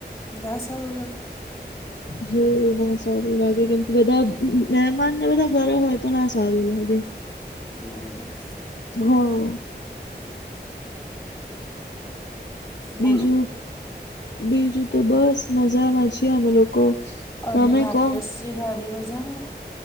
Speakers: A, on the left; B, on the left.
A: ના સારું લાગે
B: હે ના સારું લાગે કેમ કે બધા મહેમાન ને બધા ઘરે હોય તો ના સારું લાગે
A: હમ
B: હમ બીજું
A: બોલો
B: બીજું તો બસ મજામાં છીએ અમે લોકો
A: અને
B: તમે
A: બાકી ભાગ્યશ્રી
B: કહો
A: ભાભી મજામાં